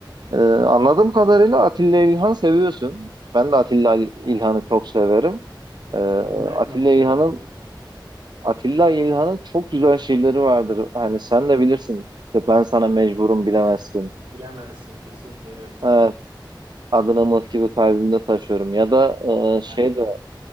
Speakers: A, on the right; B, on the right.
A: Ee, anladığım kadarıyla Atilla İlhan seviyorsun. Ben de Atilla İlhan'ı
B: Yani
A: çok severim. Ee,
B: sevilmez
A: Atilla
B: mi Atilla
A: İlhan'ın
B: İlhan ya?
A: Atilla İlhan'ın çok güzel şiirleri vardır. Hani sen de bilirsin. İşte ben sana mecburum bilemezsin.
B: Bilemezsin kesinlikle evet.
A: Evet, adını mıh gibi kalbimde taşıyorum. Ya da e, şey
B: Aynen
A: de
B: öyle.